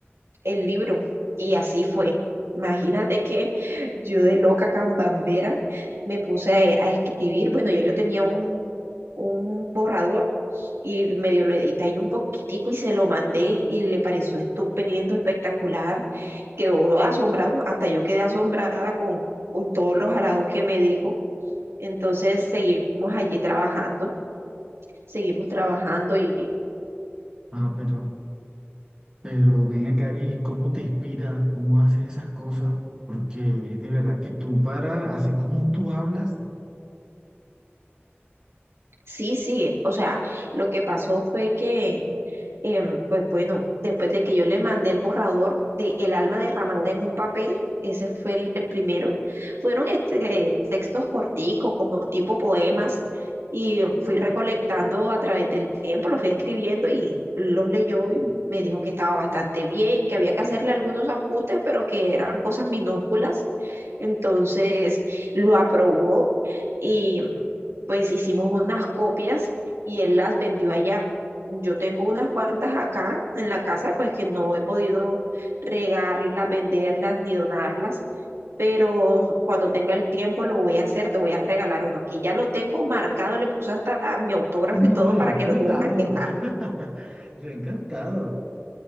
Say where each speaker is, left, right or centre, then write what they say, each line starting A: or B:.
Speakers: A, on the right (about 80°); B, on the right (about 20°).
A: el libro. Y así fue. Imagínate que yo de loca cambambera me puse a, a escribir. Bueno, ya yo tenía un, un borrador y medio lo edité ahí un poquitico y se lo mandé y le pareció estupendo, espectacular. Quedó asombrado, hasta yo quedé asombrada con, con todos los halagos que me dijo. Entonces seguimos allí trabajando, seguimos trabajando y
B: Ah, pero, pero ven acá, ¿y cómo te inspiras? ¿Cómo haces esas cosas? Porque de verdad que tú para, así como tú hablas,
A: sí, sí, o sea, lo que pasó fue que Em, pues bueno, después de que yo le mandé el borrador de El alma derramada en un papel, ese fue el, el primero, fueron este, textos corticos, como tipo poemas, y fui recolectando a través del tiempo, los fui escribiendo y los leyó y me dijo que estaba bastante bien, que había que hacerle algunos ajustes, pero que eran cosas minúsculas. Entonces lo aprobó y pues hicimos unas copias y él las vendió allá. Yo tengo unas cuantas acá en la casa, pues que no he podido regarlas, venderlas ni donarlas, pero cuando tenga el tiempo lo voy a hacer, te voy a regalar uno. Aquí ya lo tengo marcado, le puse hasta mi autógrafo
B: No,
A: y todo
B: yo
A: para
B: encantado.
A: que no te vayas a quejar.
B: <laughs> Yo encantado.